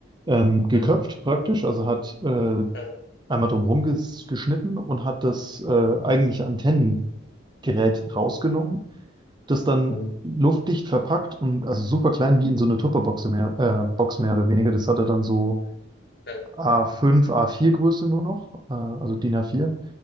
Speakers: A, on the right; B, on the left.
A: ähm, geköpft
B: Mhm.
A: praktisch, also hat äh,
B: Mhm.
A: einmal drumherum ges geschnitten und hat das äh, eigentliche Antennengerät rausgenommen, das dann
B: Mhm.
A: luftdicht verpackt und also super klein wie in so eine Tupperbox mehr, äh, Box mehr oder weniger. Das hat er dann so
B: Mhm.
A: A5, A4 Größe nur noch, äh, also DIN A4.